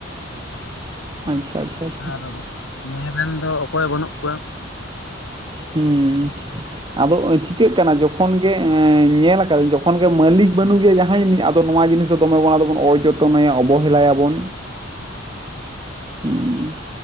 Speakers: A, on the right (about 25°); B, on the left (about 85°).
A: ᱟᱪᱪᱷᱟ ᱟᱪᱪᱷᱟ ᱟᱪᱪᱷᱟ
B: ᱟᱨ ᱱᱚᱭ ᱨᱮᱱ ᱫᱚ ᱚᱠᱚᱭ ᱵᱟᱹᱱᱩᱜ ᱠᱚᱣᱟ
A: ᱦᱮᱸᱻ ᱟᱫᱚ ᱪᱤᱠᱟᱹᱜ ᱠᱟᱱᱟ ᱡᱚᱠᱷᱚᱱ ᱜᱮ ᱧᱮᱞ ᱟᱠᱟᱫᱟᱹᱧ ᱡᱚᱠᱷᱚᱱ ᱜᱮ ᱢᱟᱹᱞᱤᱠ ᱵᱟᱹᱱᱩᱜ ᱜᱮᱭᱟ ᱡᱟᱦᱟᱸᱭ ᱟᱫᱚ ᱱᱚᱣᱟ ᱡᱤᱱᱤᱥ ᱫᱚᱢᱮ ᱵᱚᱱ ᱟᱫᱚᱵᱚᱱ ᱚ- ᱡᱚᱛᱚᱱᱟᱭᱟ ᱚᱵᱚᱦᱮᱞᱟᱭᱟᱵᱚᱱ ᱦᱚᱸ